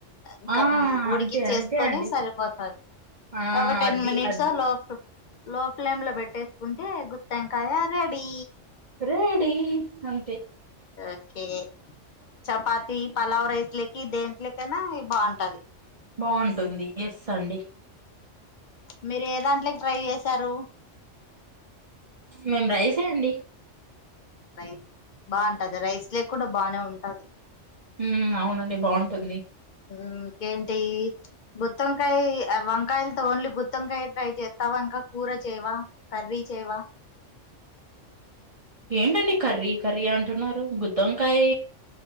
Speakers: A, on the left; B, on the right.
A: ఇంకా
B: ఆ!
A: ఉడికిచ్చేసుకొని
B: అంతే. అంతే అండి.
A: సరిపోతాది
B: ఆ!
A: ఒక టెన్
B: అది.
A: మినిట్స్
B: అది.
A: లోఫ్ లో ఫ్లేమ్ లో పెట్టేసుకుంటే గుత్తివంకాయ రెడీ
B: రెడి అంతే
A: ఓకే చపాతి, పలావ్ రైస్లకి దేంట్లోకైనా ఇది బావుంటాది.
B: బావుంటుంది ఎస్ అండి.
A: మీరు ఏ దాంట్లోకి ట్రై చేసారు.
B: మేము రైసే అండి.
A: రైస్ బావుంటది రైస్ లకి కూడా బానే ఉంటాది.
B: హ్మ్ అవునండి బావుంటుంది.
A: హ్ ఇంకేంటి గుత్తోంకాయ్ వంకాయలతో ఓన్లీ గుత్తోంకాయ ట్రై చేస్తావా. ఇంకా కూర చేయవా, కర్రీ చేయవా?
B: ఏంటండి కర్రీ కర్రీ అంటున్నారు గుత్తోంకాయ్